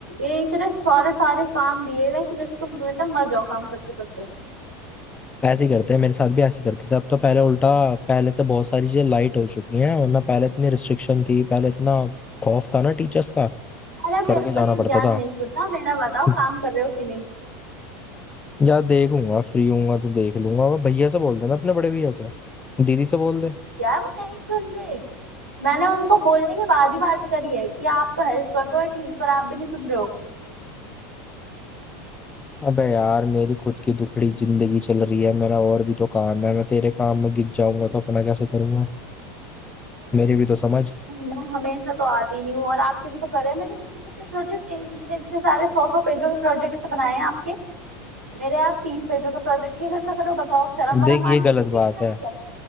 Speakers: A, on the right; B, on the left.
A: ये इतने सारे सारे काम दिए हुए हैं कि जैसे तुम बेटा मर जाओ काम करते करते
B: ऐसे ही करते हैं मेरे साथ भी ऐसे ही करते थे अब तो पहले उल्टा पहले से बहुत सारी चीजें लाइट हो चुकी हैं वरना पहले इतनी रिस्ट्रिक्शन थी पहले इतना खौफ था ना टीचर्स का
A: अरे मेरे
B: करके
A: को
B: जाना
A: ये
B: पड़ता
A: ज्ञान
B: था
A: नहीं सुनना मेरा बताओ
B: <laughs>
A: काम कर रहे हो कि नहीं
B: यार देखूंगा फ्री होऊंगा तो देख लूंगा वो भैया से बोल देना अपने बड़े भैया से दीदी से बोल दे
A: यार वो नहीं सुन रहे मैंने उनको बोलने के बाद ही बात करी है कि आप तो हेल्प कर दो एटलीस्ट पर आप भी नहीं सुन रहे हो
B: अबे यार मेरी खुद की दुखड़ी जिंदगी चल रही है मेरा और भी तो काम है मैं तेरे काम में गिर जाऊंगा तो अपना कैसे करूंगा मेरी भी तो समझ
A: मैं हमेशा तो आती नहीं हूँ और आपके भी तो करे हैं मैंने कितने कितने प्रोजेक्ट इतने इतने सारे सौ सौ पेजों के प्रोजेक्ट बनाए हैं आपके मेरे आप तीस पेजों के प्रोजेक्ट नहीं कर सक रहे हो बताओ शर्म
B: देख
A: वरम
B: ये
A: आ रही है
B: गलत
A: आपको कि
B: बात
A: नहीं आ
B: है
A: रही है